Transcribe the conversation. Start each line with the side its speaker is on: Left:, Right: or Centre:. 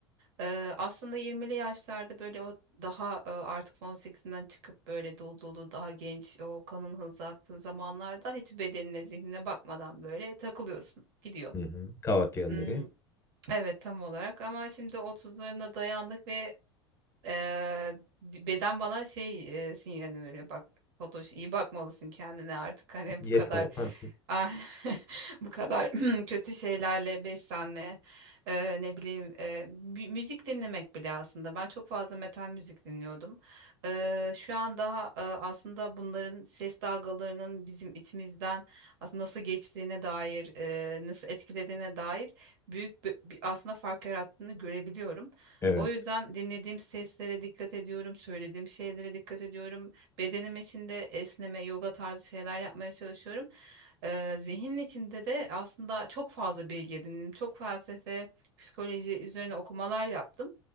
Right: E, aslında 20'li yaşlarda böyle o daha e, artık 18'inden çıkıp böyle dolu dolu daha genç o kanın hızlı aktığı zamanlarda hiç bedenine zihnine bakmadan böyle takılıyorsun. Gidiyor.
Left: Hı hı. Kavak yelleri.
Right: Hmm, evet tam olarak ama şimdi 30'larına dayandık ve Eee, beden bana şey e, sinyalini veriyor. Bak Fatoş iyi bakmalısın kendine artık hani
Left: Yeto.
Right: bu kadar
Left: Hı
Right: ah, <laughs> bu kadar <clears throat> kötü şeylerle beslenme eee, ne bileyim eee, mü- müzik dinlemek bile aslında ben çok fazla metal müzik dinliyordum. Eee, şu an daha e, aslında bunların ses dalgalarının bizim içimizden aslında nasıl geçtiğine dair e, nasıl etkilediğine dair büyük bir, bir aslında fark yarattığını görebiliyorum.
Left: Evet.
Right: O yüzden dinlediğim seslere dikkat ediyorum, söylediğim şeylere dikkat ediyorum. Bedenim içinde esneme, yoga tarzı şeyler yapmaya çalışıyorum. Ee, zihnin içinde de aslında çok fazla bilgi edindim. Çok felsefe, psikoloji üzerine okumalar yaptım.